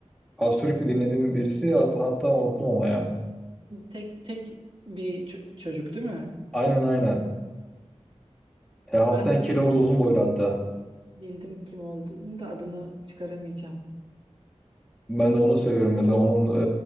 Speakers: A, in the centre; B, on the right.
A: Az sürekli dinlediğim birisi hat- hatta unuttum ama ya.
B: Tek tek bir ço- çocuk değil mi?
A: Aynen aynen. E, hafiften
B: Ben de
A: kilolu uzun boylu hatta.
B: Bildim kim olduğunu da adını çıkaramayacağım.
A: Ben de onu seviyorum. Mesela onun